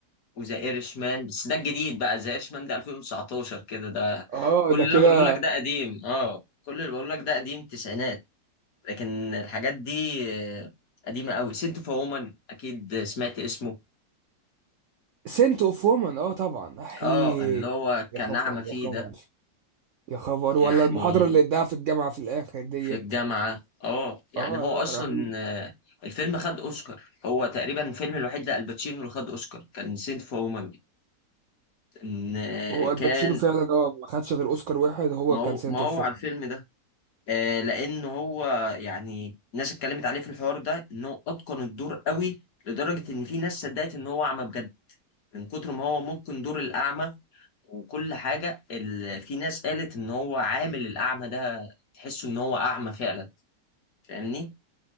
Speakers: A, on the left; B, on the right.
A: وذا ايرشمان بس ده الجديد بقى ذا ايرشمان ده 2019 كده ده
B: اه
A: كل
B: ده
A: اللي
B: كده
A: انا بقوله لك ده قديم اه كل اللي بقوله لك ده قديم تسعينات لكن الحاجات دي آه، قديمة قوي سنت فور وومن اكيد سمعت اسمه
B: سنت اوف وومن اه طبعا احي
A: اه اللي هو
B: يا
A: كان
B: خبر
A: نعمة فيه
B: يا خبر
A: ده
B: يا خبر
A: يعني
B: ولا المحاضرة اللي اداها في الجامعة في الآخر ديت
A: في الجامعة اه يعني
B: اه
A: هو
B: لا
A: أصلا
B: رهيب
A: آه، الفيلم خد أوسكار هو تقريبا الفيلم الوحيد لألباتشينو اللي خد أوسكار كان سنت فور وومن إن آه،
B: هو الباتشينو
A: كان
B: فعلا هو ما خدش غير اوسكار واحد هو
A: ما هو
B: كان سنت
A: ما هو
B: اوف وومن
A: على الفيلم ده آه، لأن هو يعني الناس اتكلمت عليه في الحوار ده إن هو أتقن الدور قوي لدرجة إن في ناس صدقت إن هو أعمى بجد من كتر ما هو ممكن دور الأعمى وكل حاجة ال... في ناس قالت إن هو عامل الأعمى ده تحسه إن هو أعمى فعلا فاهمني؟